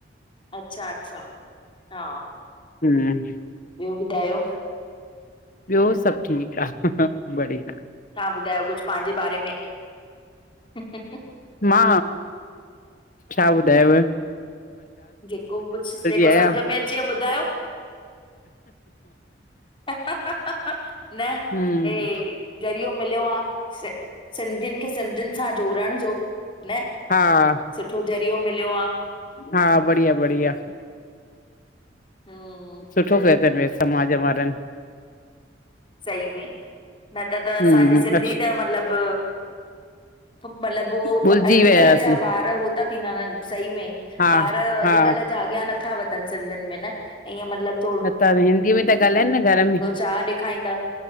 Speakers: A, on the left (about 25°); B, on the left (about 45°).
A: अच्छा-अच्छा, हा
B: हम्म
A: ॿियो ॿुधायो?
B: ॿियो सभ ठीक आ, ह बढ़िया
A: तव्हां ॿुधायो कुछ पांजे बारे में ह
B: मा, छा ॿुधायाव?
A: जेको कुछ जेको
B: आहियां
A: समझ में अचे ॿुधायो? ह ह ह ह न
B: हम्म
A: हे ज़रियो मिलियो आ, सिंधियुन खे सिंधियुन सां जोड़ण जो, न
B: हा
A: सुठो ज़रियो मिलियो आ।
B: हा, बढ़िया-बढ़िया
A: हम्म
B: सुठो कयो थन समाज वारन
A: सही में न त त असांजी
B: हम्म
A: सिंधी त मतलब मतलब हो
B: भुलिजी
A: अॼकल्ह
B: वियासीं
A: जा ॿार हो ता थीं ता वञें सही में
B: हा
A: ॿार अॼकल्ह
B: हा
A: जा अॻयां नथा वधन सिंधियुन में न ईअं मतलब।
B: न त हिंदीअ में त ॻाल्हाइन न घर में
A: चाह ॾेखारींदा